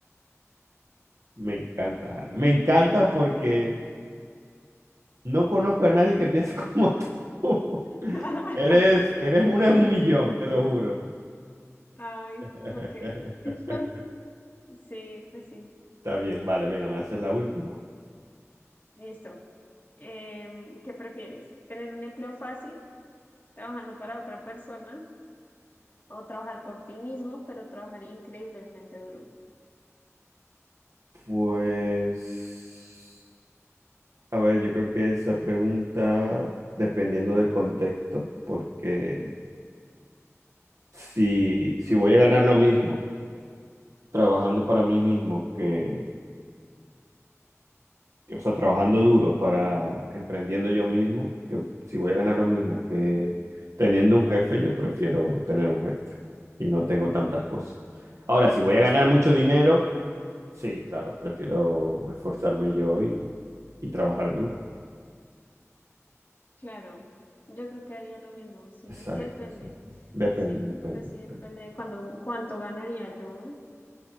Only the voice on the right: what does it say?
Me encanta, Ana. Me encanta porque no conozco a nadie que piense como tú. <laughs>
Eres, eres una en un millón, te lo juro.
<laughs>
Está bien, vale, venga, me haces la última.
Pues, a ver, yo creo que esa pregunta, dependiendo del contexto, porque si, si voy a ganar lo mismo trabajando para mí mismo que, que, o sea, trabajando duro para emprendiendo yo mismo, que si voy a ganar lo mismo que teniendo un jefe, yo prefiero tener un jefe y no tengo tantas cosas. Ahora, si voy a ganar mucho dinero... Sí, claro, prefiero esforzarme yo y, y trabajar duro.
Exacto,
exacto. Depende,
depende,
depende.